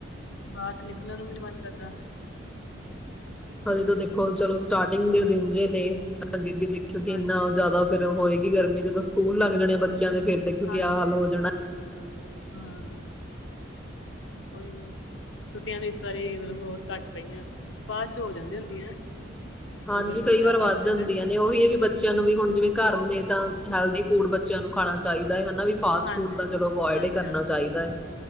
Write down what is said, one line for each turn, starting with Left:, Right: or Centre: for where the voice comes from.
Left: ਬਾਹਰ ਨਿਕਲਣ ਨੂੰ ਵੀ ਨੀ ਮਨ ਕਰਦਾ
Centre: ਹਜੇ ਤਾਂ ਦੇਖੋ ਚਲੋ ਸਟਾਰਟਿੰਗ ਦੇ ਦਿਨ ਜ ਨੇ ਅੱਗੇ ਦੇਖਿਓ ਕਿ
Left: ਹਾਂਜੀ
Centre: ਇੰਨਾ ਜ਼ਿਆਦਾ ਫੇਿਰ ਹੋਏਗਾ ਗਰਮੀ ਜਦੋਂ ਸਕੂਲ ਲਗ ਜਾਣੇ ਬੱਚਿਆਂ ਦੇ ਫਿਰ ਦੇਖੋ
Left: ਹਾਂਜੀ
Centre: ਕਿਆ ਹਾਲ ਹੋ ਜਾਣਾ
Left: ਹਾਂ ਉਹੀ ਨਾ ਛੁੱਟੀਆਂ ਵੀ ਇਸ ਵਾਰੀ ਮਤਲਬ ਬਹੁਤ ਘੱਟ ਪਈਆਂ ਬਾਅਦ ਚ ਹੋ ਜਾਂਦੀ ਹੁੰਦੀਆਂ ਜਦੋਂ
Centre: ਹਾਂਜੀ
Left: ਗਰਮੀ
Centre: ਕਈ
Left: ਜ਼ਿਆਦਾ
Centre: ਵਾਰ ਵੱਧ
Left: ਹੋ ਜਾਏ
Centre: ਜਾਂਦੀਆਂ
Left: ਤੇ
Centre: ਨੇ ਉਹੀ ਹੈ ਵੀ ਬੱਚਿਆਂ
Left: ਹਾਂਜੀ
Centre: ਨੂੰ ਵੀ ਹੁਣ ਜਿਵੇਂ ਘਰ ਨੇ ਤਾਂ ਹੈਲਦੀ ਫੂਡ ਬੱਚਿਆਂ ਨੂੰ ਖਾਣਾ ਚਾਹੀਦਾ ਹੈ ਹਨ ਵੀ ਫਾਸਟ
Left: ਹਾਂਜੀ
Centre: ਫੂਡ ਤਾਂ ਚਲੋ ਅਵਾ ਇਡ
Left: ਹਾਂਜੀ
Centre: ਹੀ ਕਰਨਾ
Left: ਹਾਂਜੀ
Centre: ਚਾਹੀਦਾ ਹੈ